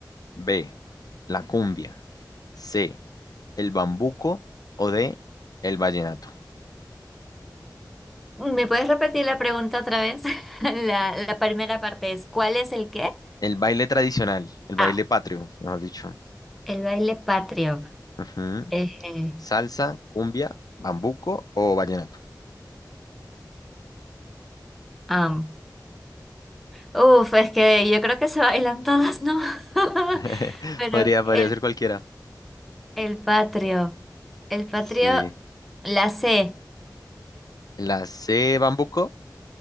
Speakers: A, on the left (about 60°); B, in the centre.
A: B, la cumbia. C, el bambuco. O D, el vallenato.
B: ¿Me puedes repetir la pregunta otra vez? <laughs> La, la primera parte es, ¿cuál es el qué?
A: El baile tradicional, el baile
B: Ah,
A: patrio, mejor dicho.
B: el baile patrio.
A: Ujú.
B: Eh,
A: Salsa, cumbia, bambuco o vallenato.
B: am. Uf, es que yo creo que se bailan todas, ¿no? <laughs>
A: <laughs>
B: Pero
A: Podría, podría
B: el,
A: ser cualquiera.
B: el patrio, el patrio,
A: Sí.
B: la C,
A: La C, bambuco,